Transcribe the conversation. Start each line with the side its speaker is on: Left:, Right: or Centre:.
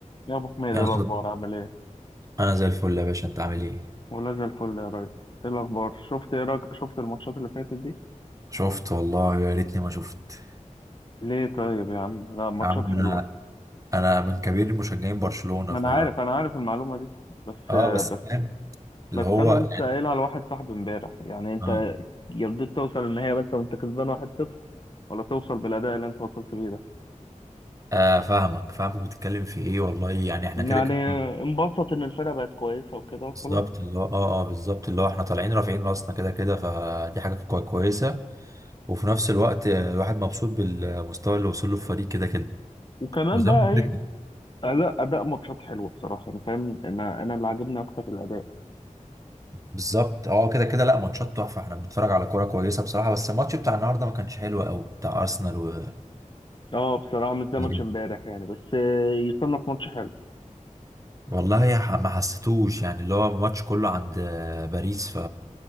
Left: يا ابو حميد
Right: انا
Left: إيه الاخبار
Right: صد-
Left: عامل ايه
Right: أنا زي الفل يا باشا انت عامل ايه
Left: ولا زي الفل يا ريس ايه الاخبار شفت ايه رأيك شفت الماتشات اللي فاتت دي
Right: شفت والله يا ريتني ما شفت
Left: ليه طيب يا عم لا ماتشات
Right: يا عم
Left: حلوه
Right: انا انا من كبير مشجعين برشلونة
Left: انا
Right: ف
Left: عارف انا عارف المعلومه دي بس
Right: اه بس
Left: بس
Right: فاهم
Left: بس
Right: اللي هو
Left: انا لسه
Right: يعني
Left: قايلها لواحد صاحبي امبارح يعني انت
Right: اه
Left: يرضيك توصل النهائي بس وانت كسبان 1-0 ولا توصل بالاداء اللي انت وصلت بيه ده
Right: آه، فاهمك فاهمك بتتكلم في ايه والله يعني احنا
Left: يعني
Right: كده كده
Left: انبسط ان الفرقه بقت كويسه وكده وخلاص
Right: بالظبط اللي هو اه اه بالظبط اللي هو احنا طالعين رافعين راسنا كده كده فدي حاجة كوي- كويسة وفي نفس الوقت آه، الواحد مبسوط بالمستوى اللي وصل له الفريق كده كده
Left: وكمان
Right: وزي
Left: بقى
Right: ما قلت
Left: ايه
Right: لك
Left: اداء اداء ماتشات حلوه بصراحه انا فاهم انا انا اللي عاجبني اكتر الاداء
Right: بالظبط اه كده كده لا ماتشات تحفه احنا بنتفرج على كوره كويسه بصراحه بس الماتش بتاع النهارده ما كانش حلو قوي بتاع ارسنال و
Left: اه بصراحة مش زي ماتش
Right: غريب.
Left: امبارح يعني بس آه، يصنف ماتش حلو
Right: والله ح- ما حسيتوش يعني اللي هو الماتش كله عند آه، باريس ف